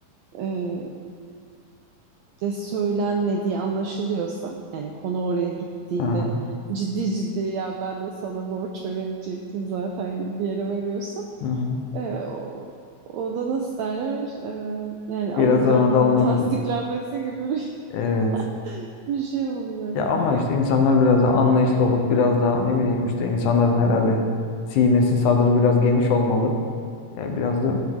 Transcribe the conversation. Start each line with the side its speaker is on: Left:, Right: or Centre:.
Right: e, de söylenmediği anlaşılıyorsa yani konu oraya gittiğinde
Left: Aha.
Right: ciddi ciddi ya ben de sana borç veremeyecektim zaten gibi bir yere varıyorsa
Left: Hı hı.
Right: e, o, o da nasıl derler? E, yani
Left: Biraz
Right: alınganlığın
Left: ona da alınabilir.
Right: tasdiklenmesi gibi bir,
Left: Evet.
Right: <laughs> bir şey oluyor
Left: Ya ama
Right: ya.
Left: işte insanlar biraz da anlayışlı olup biraz daha ne bileyim işte insanların herhalde sinesi sadrı biraz geniş olmalı. Ya biraz da